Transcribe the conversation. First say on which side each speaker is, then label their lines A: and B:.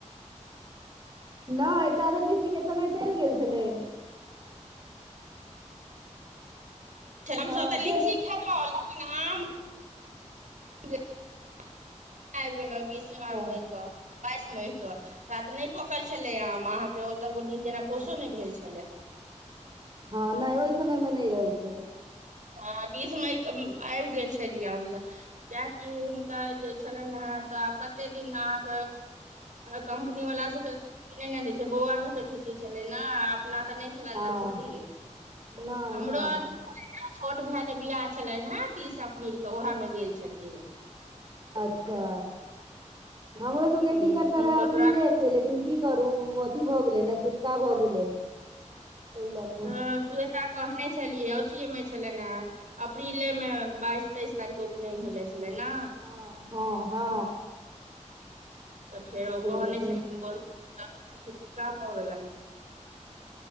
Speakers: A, on the right; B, on the right.
A: नैय ताऽ धैर लीची के समय चैल गेल छलै।
B: छल, हमसब
A: हँ
B: तऽ लीची
A: चल
B: खेलौं लेकिन आम <inaudible> आबि गेलौं बीसा
A: अच्छा
B: मई क बाइस मई क। तात नैय पकल छलै आम, अहाँके ओतऽ नीक जेना कोसो
A: हँ
B: नैय भेल छलै।
A: हँ नैय ओहि समय में नैय रहै छै।
B: हँ बीस मई क ब-आइब गेल छलियै हमसब। किएकि हिनकर जे छेलएनहेँ तऽ आब कतेक दिन अहाँक कम्पनीवला सभके छुट्टी नै ने दै छै, बौआ सभके छुट्टी छलै ना। आ अपना तऽ नै छलनि
A: हँ
B: ने छुट्टी
A: नहि
B: हमरो
A: नहि
B: अथ छल। छोट भेअ के बियाह छलैन हे तीस अप्रील क, उएहे मे गेल छलियै ये।
A: अच्छा। हमरो सबके
B: हूँ,
A: टीकट
B: हुनको
A: त रहै अप्रीले।
B: दुरा
A: लेकिन की करू अथी भऽ गेलै ने छुतका भऽ गेलै। ताहि लऽ कऽ
B: आ स्वेता कहने छलियै अथिए मे छलेन ह। अप्रीले मे बाइस तेइस तारीखक उपनयन होले छलै ने।
A: ह- ह- ह।
B: तऽ फेर ओ कहने
A: लेकिन
B: छलखिन बोल छुटका भऽ गेलन।